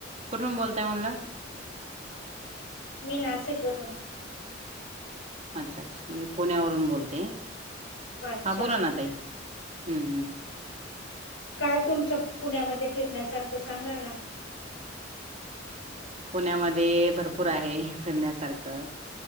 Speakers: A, on the right; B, on the left.
A: कुठून बोलताय मनल?
B: मी नाशिक वरुन.
A: अच्छा अच्छा मी पुण्यावरून बोलते.
B: अच्छा
A: हा बोला ना ताई. हम्म हम्म.
B: काय तुमच्या पुण्यामध्ये फिरण्यासारखं सांगा ना?
A: पुण्यामध्ये भरपूर आहे फिरण्यासारखं,.